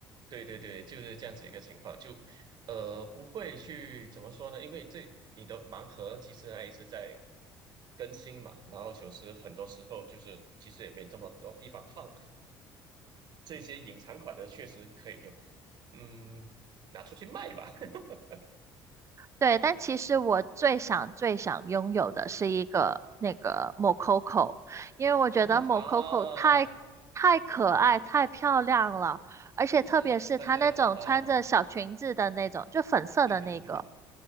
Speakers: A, on the right; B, on the right.
A: 对对对，就是这样子一个情况，就呃不会去怎么说呢？因为这你的盲盒其实还一直在更新嘛，然后其实很多时候就是其实也没这么多地方放这些隐藏款的，确实可以用，嗯，拿出去卖吧。<laughs>
B: 对，但其实我最想最想拥有的是一个那个 Mococo，因为我觉得
A: 嗯哼啊，
B: Mococo 太太可爱、太漂亮了，而且特别是她那种穿着小裙子的那种，
A: 就是那个呃，
B: 就粉色的那个，
A: 对对对对对。